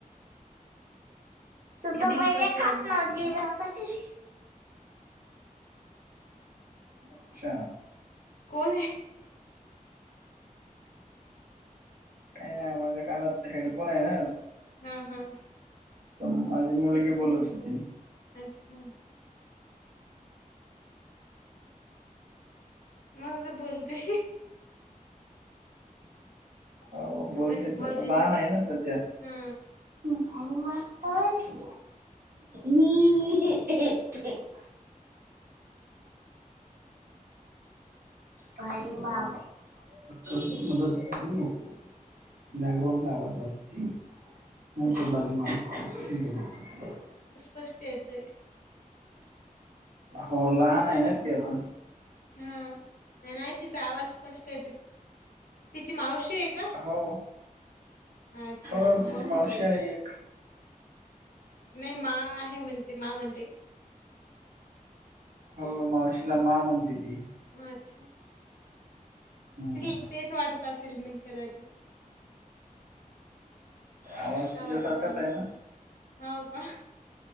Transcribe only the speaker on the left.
<inaudible>
दिलपसंद
कोण आहे?
हम् हम..
अच्छा मग ज बोलते
माझ्या
भाऊजीने
शिकव
हा
<inaudible>
कष्ट येतेय.
हा नाही तिचा आवाज स्पष्ट येते तिची मावशी आहे का?
अच्छा
म्हणूनच.
नाही मा आहे म्हणते मा म्हणते
माच्छा
<unintelligible> तेच वाटत असेल मी कदाचित.
आवाजाच्याने.
हो का?